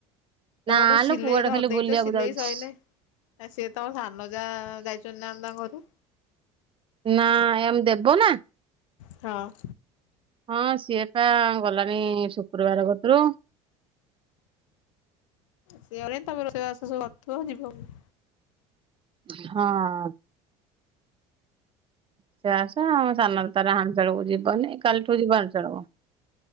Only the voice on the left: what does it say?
ତମର ସିଲେଇ
ଧରି
ଦେଇଛ
ସିଲେଇ
ସଇଲେ ଆ ସିଏ ତମ ସାନ ଯା ଯାଇଛନ୍ତି ନା ଆମେ ତା ଘରୁ
ହଁ
ସେ ଗଲେ ତମେ ରୋଷେଇବାସ ସବୁ କ ଥ ଯିବ କୁ